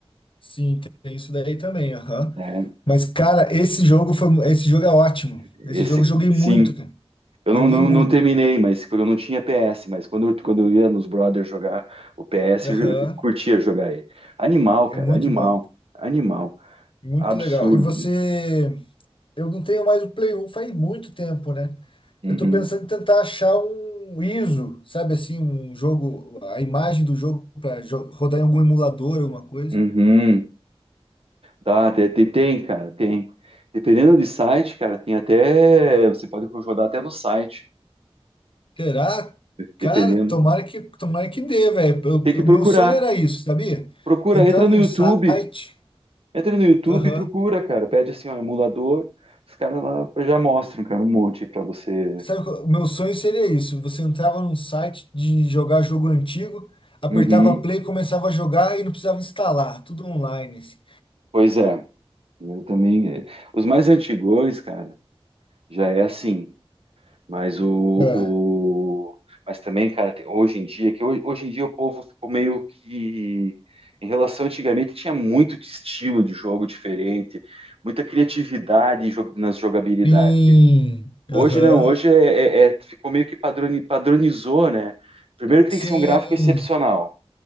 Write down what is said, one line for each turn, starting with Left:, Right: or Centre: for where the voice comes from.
Left: sim, tem isso daí também, aham.
Right: né?
Left: Mas, cara, esse jogo foi, mu- esse jogo é ótimo.
Right: Esse,
Left: Esse jogo eu joguei
Right: sim,
Left: muito, cara.
Right: Eu
Left: Joguei
Right: não, não,
Left: muito.
Right: não terminei, mas eu não tinha PS, mas quando, eu- quando eu ia nos brothers jogar o PS,
Left: Aham,
Right: eu curtia jogar ele. Animal,
Left: é
Right: cara,
Left: muito
Right: animal,
Left: bom,
Right: animal.
Left: muito
Right: Absurdo.
Left: legal. E você, eu não tenho mais o Play 1 faz muito tempo, né?
Right: Uhum,
Left: Eu tô pensando em tentar achar um ISO, sabe assim, um jogo, a imagem do jogo para rodar em algum emulador, alguma coisa.
Right: uhum. Tá, te- te- tem, cara, tem. Dependendo de site, cara, tem até. Você pode jogar até no site,
Left: Será? Cara,
Right: dependendo.
Left: tomara que, tomara que dê, velho. Eu-
Right: Tem que procurar.
Left: O meu sonho era isso, sabia?
Right: Procura,
Left: Entrar
Right: entra
Left: num
Right: no YouTube.
Left: site.
Right: Entra no YouTube
Left: Aham.
Right: e procura, cara. Pede assim, um emulador. Os caras lá já mostram, cara, um monte pra você.
Left: Sabe, qual- o meu sonho seria isso. Você entrava num site de jogar jogo antigo, apertava
Right: Uhum.
Left: play, começava a jogar e não precisava instalar. Tudo online, assim.
Right: Pois é, eu também. eh, Os mais antigões, cara, já é assim. Mas o, o-
Left: Ah,
Right: mas também, cara, tem- hoje em dia, que ho- hoje, em dia o povo ficou meio que em relação antigamente tinha muito de estilo de jogo diferente, muita criatividade em jo- nas jogabilidades.
Left: Sim.
Right: Hoje
Left: Aham.
Right: não, hoje é, é- é- ficou meio que padroni- padronizou, né? Primeiro que tem
Left: Sim.
Right: que ser um gráfico excepcional,